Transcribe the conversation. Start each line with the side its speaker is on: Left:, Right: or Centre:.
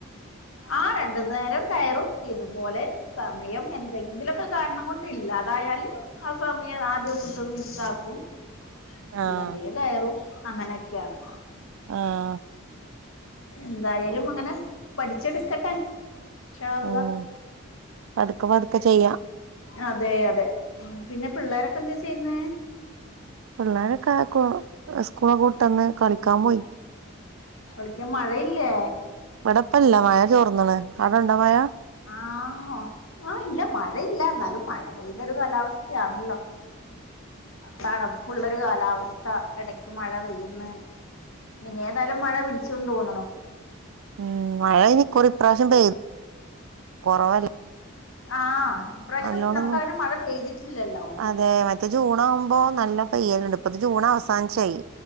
Left: ആ രണ്ടു നേരം കയറും ഇതുപോലെ സമയം എന്തെങ്കിലുമൊക്കെ കാരണം കൊണ്ട് ഇല്ലാതായ ല് ആ സമയം ആ ദിവസത്തത് മിസ്സ് ആക്കും
Right: ആഹ്
Left: ഇല്ലെങ്കില് കയറും അങ്ങനെയൊക്കെയാണ്
Right: ആഹ്
Left: എന്തായാലും അങ്ങനെ പഠിച്ചെടുക്കട്ടെ ഇൻഷാ അള്ളാ
Right: ഉം പതുക്കെ പതുക്കെ ചെയ്യാ
Left: അതെ അതെ പിന്നെ പിള്ളോരൊക്കെ എന്താ ചെയ്യുന്ന
Right: പിള്ളോരക്കെ സ്കൂള് കൂട്ട്ന്ന് കളിക്കാൻ പോയി
Left: കളിക്കാൻ മഴയില്ലേ
Right: ഇവിടെപ്പല്ല മഴ ചോർന്നാണ് അവിടെണ്ടോ മഴ
Left: ആ ആ ഇല്ല മഴയില്ല എന്നാലും മഴ പെയ്തൊരു കാലാവസ്ഥയാണല്ലോ തണുപ്പുള്ള ഒരു കാലാവസ്ഥ ഇടക്ക് മഴ പെയ്യന്ന് ഇനി ഏതായാലും മഴ പിടിച്ചുന്ന് തോന്നണു
Right: ഉം മഴ ഇനിക്കൊറിപ്രാവശ്യം പെയ്തു കൊറവല്ല
Left: ആഹ് ഇപ്രാവശ്യം
Right: നല്ലോണം
Left: നമുക്ക് അങ്ങനെ മഴ പെയ്തിട്ടില്ലല്ലോ
Right: അതെ മറ്റേ ജൂൺ ആകുമ്പോ നല്ല- പയ്യല്ലിണ്ട് ഇപ്പത് ജൂൺ അവസാനിച്ചായി